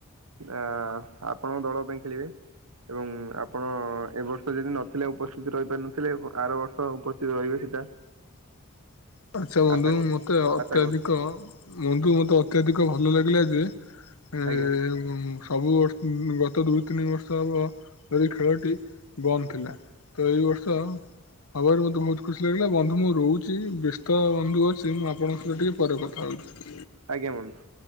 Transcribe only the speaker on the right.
ଆ ଆପଣଙ୍କ ଦଳ ପାଇଁ ଖେଳିବେ? ଏବଂ ଆପଣ ଏବ ବର୍ଷ ଯଦି ନଥିଲେ ଉପସ୍ଥିତ ରହିପାରିନଥିଲେ ଆର ବର୍ଷ ତ ଉପସ୍ଥିତ ରହିବେ ସେଟା
ଆଶା କରୁଛି
ଆଶା କରୁଛି
ଆଜ୍ଞା
ଆଜ୍ଞା ବନ୍ଧୁ।